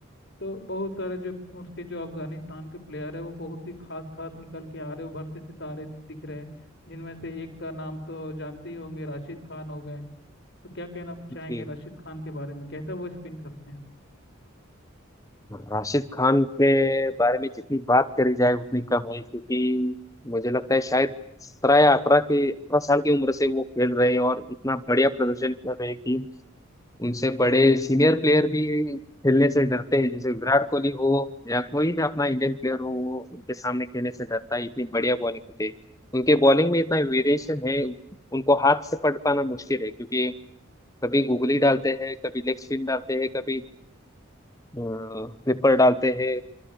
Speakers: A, on the left; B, on the left.
A: तो बहुत सारे जो उसके जो अफगानिस्तान के प्लेयर है वो बहुत ही खास खास निकल के आ रहे उभरते सितारे दिख रहे हैं जिनमें से एक का नाम तो जानते ही होंगे राशिद खान हो गए तो क्या कहना चाहेंगे
B: जी
A: राशिद खान के बारे में कैसा वो स्पिन करते हैं
B: राशिद खान के बारे में जितनी बात करी जाए उतनी कम है क्योंकि मुझे लगता है शायद सत्रह या अठारह के अठारह साल की उम्र से वो खेल रहे हैं और इतना बढ़िया प्रदर्शन कर रहे हैं कि उनसे बड़े सीनियर प्लेयर भी खेलने से डरते हैं जैसे विराट कोहली हो या कोई भी अपना इंडियन प्लेयर हो वो उनके सामने खेलने से डरता है इतनी बढ़िया बॉलिंग होती है उनके बॉलिंग में इतना वेरिएशन है उनको हाथ से पकड़ पाना मुश्किल है क्योंकि कभी गुगली डालते हैं कभी लेग स्पिन डालते हैं कभी फ्लिपर डालते हैं